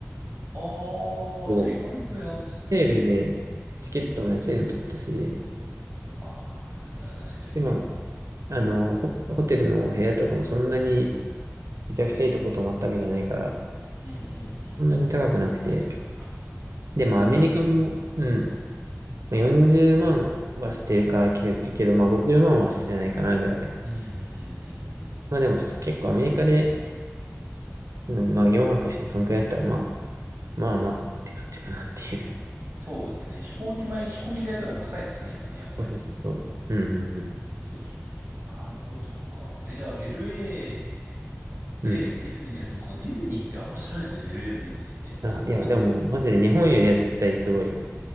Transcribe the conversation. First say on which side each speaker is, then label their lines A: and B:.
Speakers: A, on the right; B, on the right.
A: あ、
B: もう、
A: じゃあ意外と安め。
B: セールでチケットも安いの取ったし、
A: ああ、それは確かに。
B: 今、まあの、ホ、ホテルの部屋とかもそんなにめちゃくちゃいいとこ泊まったわけじゃないから、
A: うんうんうん。
B: そんなに高くなくて。
A: あ、それなら確かに。
B: で、まあアメリカも、うん、まあ40万はしてるかけ、けど、まあ50万はしてないかなぐらい。
A: うんうんうんう
B: まあでも結構アメリカで、うん、まあ4泊してそんくらいだったら、まあ、まあまあって感じかなっていう。
A: ん。うんあそうですね。飛行機前、飛行機代とかも高いですからね、今ね、やっぱり。
B: そうそうそうそう。うんうんうん。
A: そうそうそう。なるほど、そっか。え、じゃあ LA でディズニー、
B: うん
A: いや、そのディズニーってあんま知らないですよね、LA のディズニーって。
B: あ、
A: どんな感じだ
B: いや、でももうマジで日本よりは絶対すごい